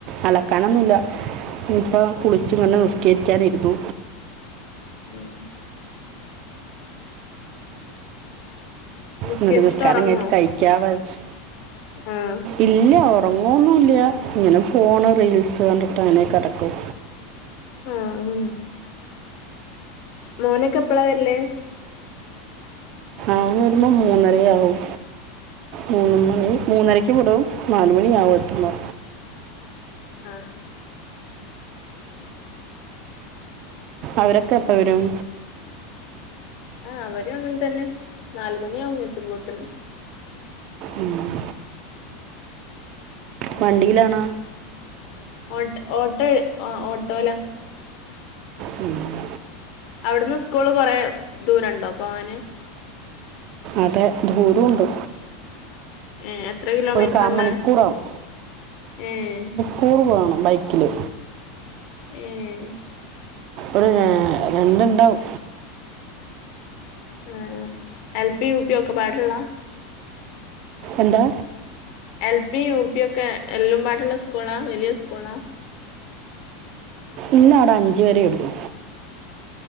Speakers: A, on the right; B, on the left.
A: അലക്കാനൊന്നുല്ല. ഇപ്പ കുളിച്ചു പിന്നെ നിസ്കരിക്കാനിരുന്നു.
B: ഉം നിസ്കരിച്ചിട്ട്
A: ന്നട്ട് നിസ്കാരം
B: ഒറങ്ങോ
A: കയിഞ്ഞ്ട്ട് കഴിക്ക വെച്ച്
B: ആഹ്
A: ഇല്ല ഒറങ്ങോന്നുല്യ. ങ്ങനെ ഫോണ് റീൽസ് കണ്ടിട്ട് അങ്ങനെ കടക്കും.
B: ആഹ് ഉം മോനൊക്കെപ്പളാ വര്ല്?
A: ഓൻ വരുമ്പോ മൂന്നരയാവും. മൂന്ന് മണി മൂന്നരയ്ക്ക് വിടും നാല് മണിയാവും എത്തുമ്പോ.
B: ആഹ്
A: അവരൊക്കെപ്പ വരും?
B: ആഹ്. അവരും അങ്ങൻ തന്നെ. നാല് മണിയാവും എത്തുമ്പോത്ത്ന്.
A: ഉം വണ്ടീലാണോ?
B: ഓട് ഓട്ട് ആഹ് ഓട്ടോല.
A: ഉം
B: അവിടുന്ന് സ്കൂള് കൊറെ ദൂരണ്ടോ പോവാന്?
A: അതെ ദൂരൂണ്ട്.
B: ഏഹ് എത്ര കിലോമീറ്റ്ർണ്ട്
A: കാ മണിക്കൂറാവും
B: ഏഹ്?
A: ടൂർ പോവണം ബൈക്കില്
B: ഏഹ്
A: ഒരു ഏഹ് രണ്ട്ണ്ടാവും
B: ഏഹ് എൽ പി യു പി ഒക്കെപാടള്ള
A: എന്താ?
B: എൽ പി യു പി ഒക്കെ, എല്ലും പാടള്ള സ്കൂളാ വലിയ സ്കൂളാ
A: ഇല്ല അവടെ അഞ്ച് വരേ ഉള്ളൂ